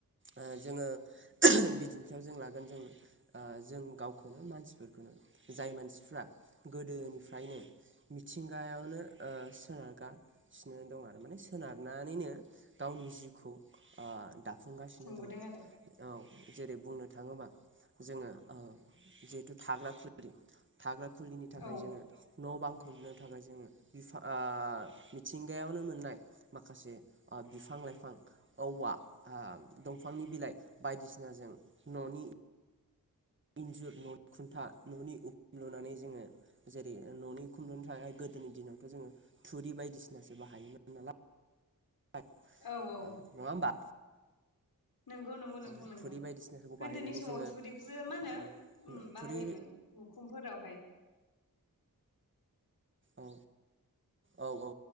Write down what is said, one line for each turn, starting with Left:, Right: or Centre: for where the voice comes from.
Right: ओ जोङो बिदिन्थायाव जों लागोन जोङो। ओ जों गावखौनो मानसिफोरखौनो जाय मानसिफ्रा गोदोनिफ्रायनो। मिथिंगायावनो ओ सोनारगासिनो दं आरो माने। सोनारनानैनो गावनि जिउखौ ओ दाफुंगासिनो
Left: खुंबोदों
Right: दङ'।
Left: आरो
Right: औ जेरै बुंनो थाङोबा जोङो ओ जिहेथु थाग्रा खुलि थाग्रा खुलिनि थाखाय
Left: औ
Right: जोङो न' बांखौ लुनो थाखाय जोङो बिफां ओ मिथिंगायावनो मोननाय माखासे ओ बिफां लाइफां औवा ओ दंफांनि बिलाइ बायदिसिनाजों न'नि इन्जुर न'नि खुन्था न'नि उख लुनानै जोङो जेरै न'नि उखुमजों थानाय गोदोनि दिनावथ' जोङो थुरि बायदिसिनासो बाहायोमोन नाल लाय
Left: औ औ
Right: ओ नङा होमबा
Left: नंगौ नंगौ नोंथां
Right: ओ
Left: नंगौ
Right: थुरि बायदिसिनाखौ
Left: गोदोनि
Right: बाहायनानै
Left: समाव
Right: जोङो
Left: थुरिखौसो मा होनो
Right: ओ
Left: उम बाहायोमोन
Right: थुरि
Left: मुखुमफोरावहाय
Right: औ औ औ